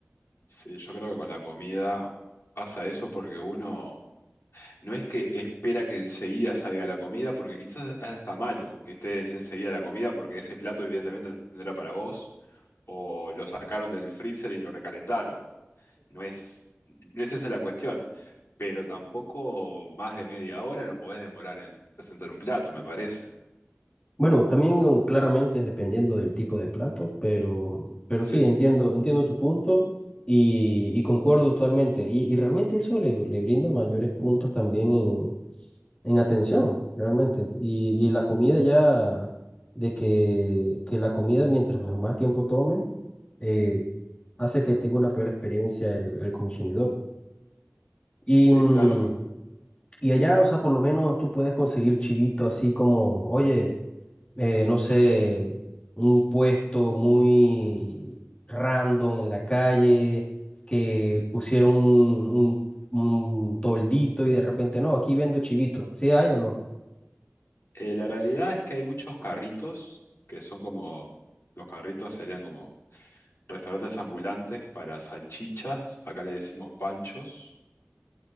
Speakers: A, on the left (about 60°); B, on the left (about 25°).
A: sí, yo creo que con la comida pasa eso porque uno no es que espera que enseguida salga la comida, porque quizás hasta malo que esté enseguida la comida, porque ese plato evidentemente no era para vos, o lo sacaron del freezer y lo recalentaron. No es, no es esa la cuestión, pero tampoco más de media hora no podés demorar en presentar un plato, me parece.
B: Bueno, también um, claramente es dependiendo del tipo de plato, pero, pero
A: Sí,
B: sí, entiendo, entiendo tu punto y, y concuerdo totalmente. Y, y realmente eso le, le brinda mayores puntos también en, en atención, realmente. Y, y la comida ya, de que, que la comida mientras me- más tiempo tome, eh, hace que tenga una peor experiencia el, el consumidor. Y,
A: sí,
B: mm,
A: claro.
B: y allá, o sea, por lo menos tú puedes conseguir chivito así como, oye eh, no sé, un puesto muy random en la calle, que pusieron un, un, un toldito y de repente, no, aquí vendo chivito, ¿sí hay o no?
A: Eh, la realidad es que hay muchos carritos que son como, los carritos serían como restaurantes ambulantes para salchichas, acá le decimos panchos,